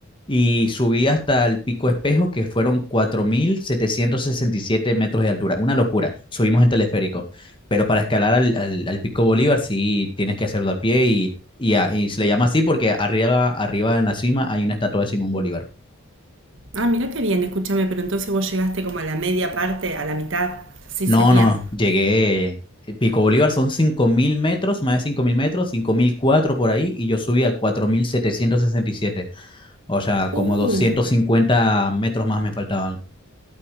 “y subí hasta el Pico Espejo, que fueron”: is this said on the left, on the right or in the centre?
Left